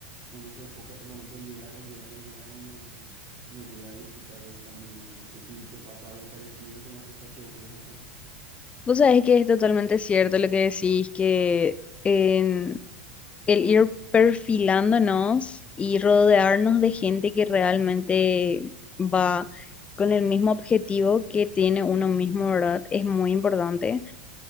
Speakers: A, on the right (about 40°); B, on the left (about 20°).
A: uno se enfoca solamente en llegar, en llegar, en llegar y no, no llega a disfrutar del camino. No sé si te pasa algo parecido con las cosas que vos querés hacer.
B: Vos sabés que es totalmente cierto lo que decís, que en el ir perfilándonos y rodearnos de gente que realmente va con el mismo objetivo que tiene uno mismo, ¿verdad? Es muy importante.